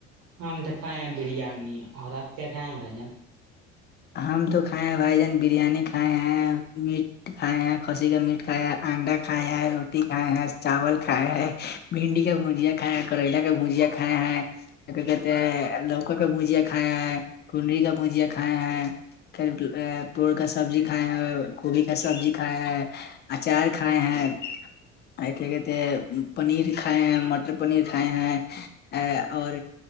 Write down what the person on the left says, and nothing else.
ہم تو کھائے ہیں بھائی جان بریانی کھائے ہیں میٹ کھائے ہیں کسی کا میٹ کھا انڈا کھایا ہے روٹی کھائے ہیں چاول کھاائے ہے بھنڈی کا بھجیا کھائے ہیں کریلا کا بھجیا کھائے ہیں کیا کہتے ہیں لوکا کا مجیا کھایا ہیں کنڈری کا مجیا کھائے ہیں پھر پڑ کا سبزی کھایا ہے گوبھی کا سبزی کھاائے ہے اچار کھائے ہیں آ کیا کہتے پنیر کھائے ہیں مٹر پنیر کھائے ہیں اور